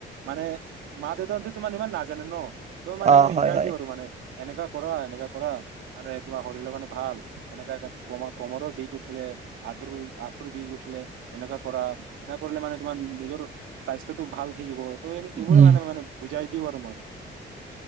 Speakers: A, on the right; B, on the right.
A: মানে মা দেউতাহতে তোমাৰ ইমান নাজানে ন ত মানে
B: অ
A: মই
B: হয়
A: শিকাই
B: হয়
A: দি আৰু মানে। এনেকোৱা কৰা এনেকোৱা কৰা মানে তোমাৰ শৰীৰৰ কাৰণে ভাল এনেকা এ কম কমৰৰ বিষ উঠিলে আঁঠুৰ আঁঠুৰ বিষ উঠিলে এনেকোৱা কৰা এনেকে কৰিলে মানে তোমাৰ নিজৰ স্বাস্থ্যটো ভাল থাকিব। এইবোৰৰে
B: উম
A: মানে মান বুজাই <unintelligible> আৰু মই।